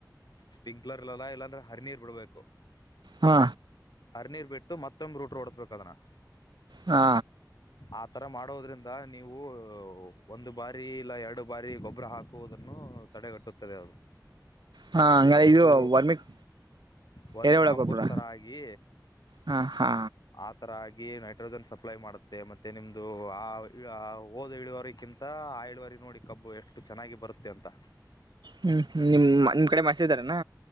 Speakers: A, on the left; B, on the right.
A: ಸ್ಪಿಂಕ್ಲರ್ ಇಲ್ಲ ಇಲ್ಲಾಂದ್ರೆ ಹರಿನೀರ್ ಬಿಡ್ಬೇಕು.
B: ಹಾ
A: ಹರಿನೀರ್ ಬಿಟ್ಟು ಮತ್ತೊಂಮ್ಮೆ ರೂಟರ ಹೊಡಸಬೇಕ ಅದನ್ನ
B: ಹಾ
A: ಆತರ ಮಾಡೋದ್ರಿಂದ ನೀವು ಒಂದು ಬಾರಿ ಇಲ್ಲ ಎರಡು ಬಾರಿ ಗೊಬ್ಬರ ಹಾಕ ಹು ಹು ತಡೆಗಟ್ಟುತ್ತದೆ ಅದು
B: ಹಾ ಹಂಗಾರೆ
A: ಅಷ್ಟು
B: ಇದು ವರ್ಮಿಕ್
A: ವರ್ಮಿ
B: ಎರೆಹುಳ
A: ಕಂಪೋಸ್
B: ಗೊಬ್ಬರ
A: ತರ ಆಗಿ
B: ಹಾ ಹಾ
A: ಆ ತರ ಆಗಿ ನೈಟ್ರೋಜನ್ ಸಪ್ಲೈ ಮಾಡುತ್ತೆ ಮತ್ತೆ ನಿಮ್ದು ಆ ಹ ಓದ ಇಳಿಯುವರಿಕಿಂತ ಹಾ ಆ ಇಳುವರಿ ನೋಡಿ ಕಬ್ಬು ಎಷ್ಟು ಚೆನ್ನಾಗಿ ಬರುತ್ತೆ ಅಂತಾ...
B: ಹ್ಮ್ ಹ್ಮ್ಮ್ ನಿಮ್ ನಿಮ್ ಕಡೆ ಮರ್ಸಿದಾರಾನ